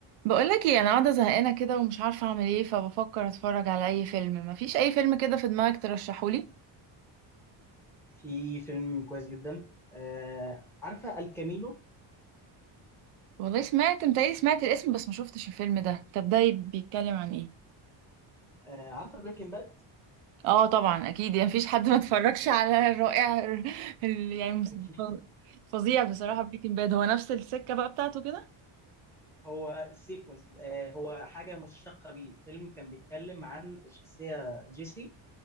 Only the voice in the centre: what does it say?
في فيلم كويس جدا آه عارفه الكامينو
آه عارفه بريكنج باد
اكيد
<laughs>
هو سيكونس آه هو حاجه مشتقه بيه فيلم كان بيتكلم عن الشخصيه جيسي